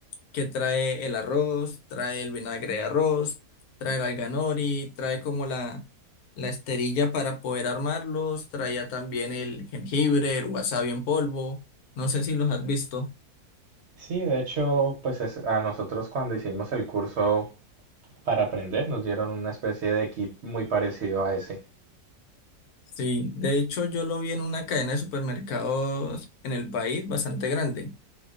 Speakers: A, on the left; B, on the right.
A: que trae el arroz, trae el vinagre de arroz, trae el alga nori, trae como la, la esterilla para poder armarlos, traía también el jengibre, el wasabi en polvo, no sé si los has visto.
B: Sí, de hecho, pues es- a nosotros cuando hicimos el curso Para aprender nos dieron una especie de kit muy parecido a ese.
A: Sí, de hecho yo lo vi en una cadena de supermercados en el país bastante grande.